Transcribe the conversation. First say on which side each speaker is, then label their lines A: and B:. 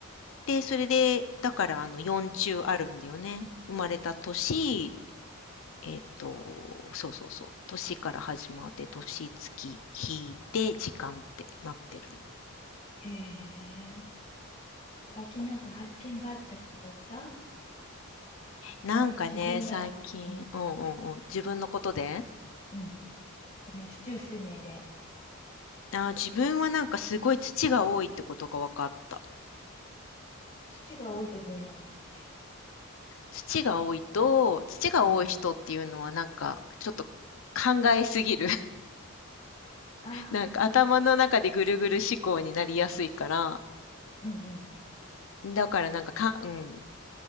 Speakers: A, on the left (about 60°); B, on the left (about 35°).
A: で、それで、だからあの4中あるんだよね。生まれた年、えっ、と、そうそうそう。年から始まって、年、月、日で時間ってなってるの。
B: へえ。最近なんか発見があったりとかした
A: なんかね、
B: なんか自分の、
A: 最近、
B: うん、
A: うんうんうん。自分のことで
B: うん。その市中水明で、
A: あー自分はなんかすごい土が多いってことが分かった。
B: 土が多いとどうなるんだっけ
A: 土が多いと、土が多い人っていうのはなんか、
B: うん。
A: ちょっと考えすぎる。<laughs>
B: ああ。
A: なんか頭の中でぐるぐる思考になりやすいから、
B: うんうん。
A: だからなんかか、うん、